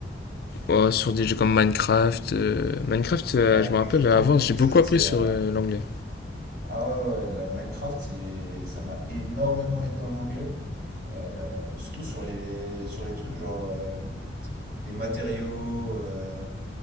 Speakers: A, on the left; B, on the right.
A: Euh, sur des jeux comme Minecraft. euh, Minecraft, euh,
B: Ouais,
A: je me
B: exactement.
A: rappelle, avant,
B: Minecraft,
A: j'ai beaucoup appris
B: c'est.
A: sur
B: euh,
A: euh, l'anglais.
B: Ah ouais, ouais, la Minecraft, c'est, ça m'a énormément aidé en anglais. Euh, surtout sur les, sur les trucs genre euh, les matériaux, euh,